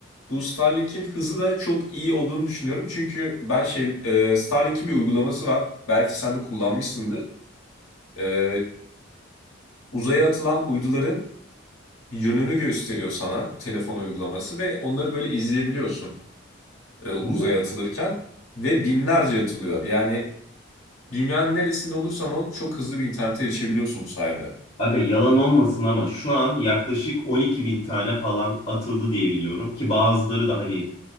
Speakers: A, on the left; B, on the left.
A: Bu Starlink'in hızı da çok iyi olduğunu düşünüyorum. Çünkü ben şey e, Starlink'in bir uygulaması var. Belki sen de kullanmışsındır. Ee, uzaya atılan uyduların yönünü gösteriyor sana telefon uygulaması ve onları böyle izleyebiliyorsun e, uzaya
B: Umarım
A: atılırken ve binlerce atılıyor. Yani dünyanın neresinde olursan ol çok hızlı bir internete erişebiliyorsun bu sayede.
B: Aga yalan olmasın ama şu an yaklaşık 12 bin tane falan atıldı diye biliyorum ki bazıları da hani